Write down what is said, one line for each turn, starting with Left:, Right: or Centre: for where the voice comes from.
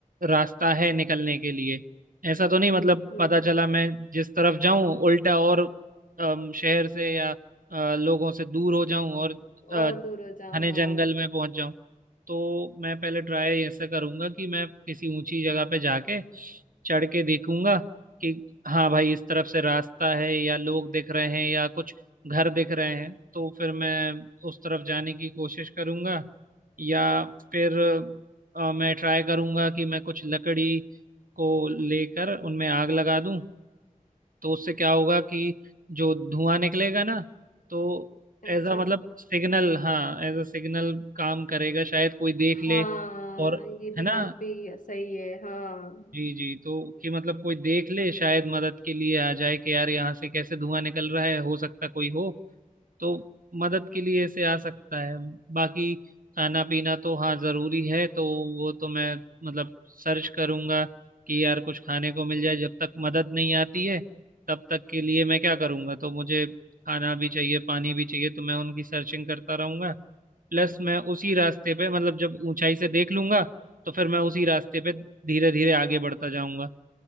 Right: रास्ता है निकलने के लिए ऐसा तो नहीं मतलब
Left: हम्म
Right: पता चला मैं जिस तरफ जाऊं उल्टा और अम, शहर से या आ, लोगों से दूर हो जाऊं और
Left: और
Right: आ, घने
Left: दूर हो जाओ हाँ
Right: जंगल में पहुंच जाऊं तो मैं पहले ट्राई ऐसा करूंगा कि मैं किसी ऊंची जगह पे जाके चढ़ के देखूंगा कि हाँ भाई इस तरफ से रास्ता है या लोग दिख रहे हैं या कुछ घर दिख रहे हैं तो फिर मैं उस तरफ जाने की कोशिश करूंगा या फिर अ, मैं ट्राई करूंगा कि मैं कुछ लकड़ी को लेकर उनमें आग लगा दूं तो उससे क्या होगा कि जो धुआं निकलेगा ना तो
Left: अच्छा
Right: एज अ मतलब सिग्नल हाँ एज अ सिग्नल काम करेगा शायद कोई देख
Left: हाँ
Right: ले और
Left: ये भी
Right: है ना
Left: काफी सही है हाँ
Right: जी जी तो कि मतलब कोई देख ले शायद मदद के लिए आ जाए कि यार यहाँ से कैसे धुआं निकल रहा है हो सकता कोई हो तो मदद के लिए ऐसे आ सकता है बाकी खाना पीना तो हाँ ज़रूरी है तो वो तो मैं मतलब सर्च करूंगा कि यार कुछ खाने को मिल जाए जब तक मदद नहीं आती है तब तक के लिए मैं क्या करूंगा तो मुझे खाना भी चाहिए पानी भी चाहिए तो मैं उनकी सर्चिंग करता रहूंगा प्लस मैं उसी रास्ते पे मतलब जब ऊंचाई से देख लूंगा तो फिर मैं उसी रास्ते पे धीरे धीरे आगे बढ़ता जाऊंगा